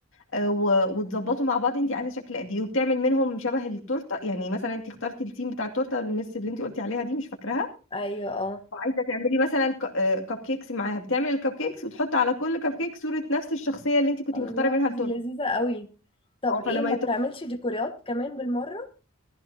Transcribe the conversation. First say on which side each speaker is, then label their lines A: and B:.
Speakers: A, on the left; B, on the left.
A: آه، و- وتظبطوا مع بعض أنت عايزة شكل قد إيه وبتعمل منهم شبه التورتة يعني مثلا أنت اخترتي التيم بتاع التورتة المس اللي أنت قلتي عليها دي مش فاكراها
B: ايوه اه
A: وعايزه تعملي مثلا كب كيكس معاها بتعمل الكب كيكس وتحط على كل كب كيك صوره نفس الشخصيه اللي انت كنت
B: الله
A: مختاره منها
B: دي
A: التورته
B: لذيذه قوي طب
A: اه
B: ايه
A: فلما
B: ما
A: يطلع
B: بتعملش ديكورات كمان بالمره